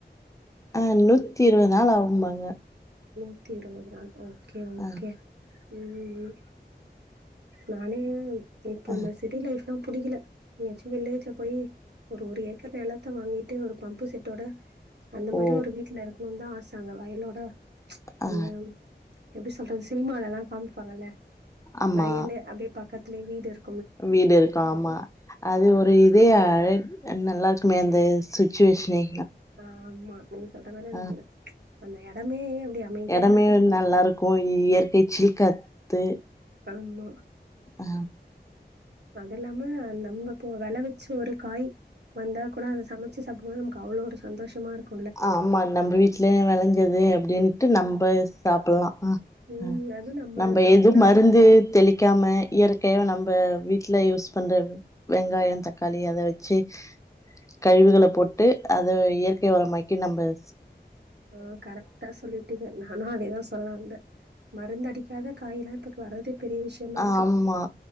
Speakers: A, on the left; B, on the right.
A: அ நூத்தி இருவது நாள் ஆகும்பாங்க
B: நூத்தி இருவ நாள் ஓ கே ஓகே
A: ஆ
B: ம் ம் நானே இப்ப
A: ஆ
B: இந்த சிட்டி லைஃப் லா புடிக்கல நீயாச்சு வில்லேஜ போய் ஒரு ஒரு ஏக்கர் நெலத் த்து வாங்கிட்டு ஒரு பம்பு செட்டோட அந்த
A: ஓ
B: மாரி ஒரு வீட்ல இருக்கணுதா ஆச நாங்க வயலோட
A: ஆ
B: அந்த ம் எப்பிடி சொல்றது சினிமாலெல்லா காமிப்பாங்கில்ல
A: ஆமா
B: வயலு அப்டியே பக்கத் துலே வீடு இரு
A: வீடு இருக்கு ஆமா அது ஒரு இதே அழ நல்லா இரு க்குமே அந்த சுச்சுவேஷனே
B: ஆ ஆமா நீங்க சொல்ற மாரி அந்த
A: அ
B: அந்த எடமே அப்டி அமைதியா
A: எடமே
B: இருக்கு
A: நல்லா இருக்கு இயற்கை சில்காத் தே
B: ஆமா
A: ஆ
B: அது இல்லாம நம்ம இப்போ வெள வச்சு ஒரு காய் வந்தா கூட அத சம ச்சு சாப்டும்போது நமக்கு அவ்ள ஒரு சந்தோஷமா இருக்கு
A: ஆமா நம்ம வீட்லயே வெளைஞ்சது அப்டின் ட்டு நம்ப சாப்டலா உ
B: ம்
A: உ
B: அது
A: நம்ம
B: நம்மனா
A: எதும் மருந்து தெளிக்காம இயற்கையா நம்ப க வீட்ல யூஸ் பண்ற வெங்காயோ தக்காளி அத வச்சு கழிவுகள போட்டு அத இயற்கை உரமாக்கி கி நம்மஸ்
B: அ கரெக்டா சொல்லிட்டீங்க நானு அதேதா சொல்ல வந்தே மருந் அடிக்காத காய்லா இப்பக் வர்றது பெரிய விஷயமா இருக்கு
A: ஆமா